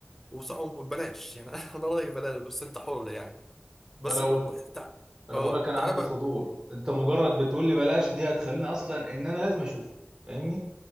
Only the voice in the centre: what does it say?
وصعب ببلاش يعني <laughs> انا رأيي بلاش بس انت حر يعني بس
ب...
ب-
تع...
اه
تعالى
بقى